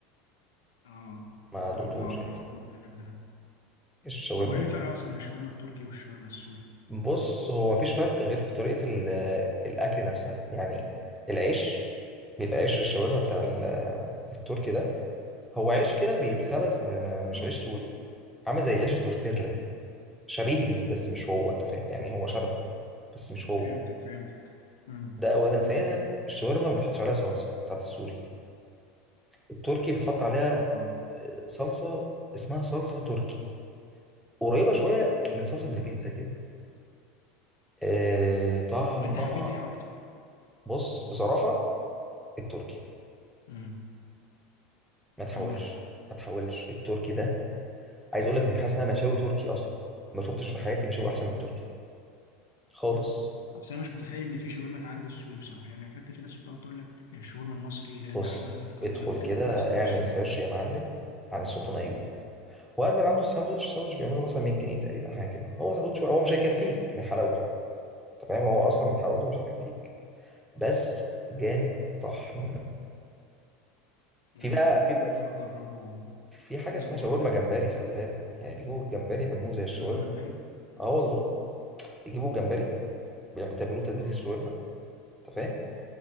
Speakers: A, on the left (about 85°); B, in the centre.
A: آه.
B: ما
A: لا
B: دقتوش
A: ما اعرفوش
B: أنت
A: ده
B: الشاورما
A: هو ايه الفرق اصلا بين الشاورما التركي والشاورما السوري
B: بص هو مفيش فرق غير في طريقة ال- الأكل نفسها يعني العيش بيبقى عيش الشاورما بتاع ال- التركي ده هو عيش كده بيتخبز م- م-
A: اه
B: مش عيش سوري عامل زي عيش التورتيلا شبيه ليه بس مش هو أنت فاهم يعني هو شبهه بس مش هو
A: فهمتك فهمتك امم
B: ده اولا
A: امم
B: ثانيا الشاورما ما بتحطش عليها صلصه بتاعت السوري التركي بتحط عليها
A: اه
B: آه، صلصه اسمها صلصه تركي قريبه شويه من صلصه
A: اه
B: البيتزا كده آه طعمها
A: طب انت حبيت ايه اكتر
B: بص بصراحه التركي
A: امم
B: ما تحاولش
A: والله
B: ما تحاولش التركي ده عايز اقول لك ان في حاجه اسمها مشاوي تركي اصلا ما شفتش في حياتي مشاوي احسن من التركي خالص
A: اصل انا مش متخيل ان في شاورما تعدي السوري بصراحه يعني حتى في ناس بتقعد تقول لك الشاورما المصري اللي هي اللحمه
B: بص
A: في الكايزر
B: ادخل
A: وكده
B: كده
A: احسن من
B: اعمل
A: السوري
B: سيرش يا معلم عن السلطان ايوب وقعد من عنده الساندوتش الساندوتش بيعمله مثلا 100 جنيه تقريبا حاجه كده هو ساندوتش هو مش هيكفيك من حلاوته انت فاهم هو
A: امم
B: اصلا من حلاوته مش هيكفيك بس جامد طحن
A: لا
B: في
A: انا
B: بقى
A: على كلامك
B: في بقى
A: ده هجربه
B: في حاجه
A: لازم
B: اسمها
A: اجربه
B: شاورما جمبري
A: يعني
B: خلي بالك يعني بيجيبوا الجمبري بيعملوه زي الشاورما
A: شاورما جمبري
B: اه والله بيجيبوا الجمبري يعني بيتبلوه تتبيله
A: اه
B: الشاورما انت فاهم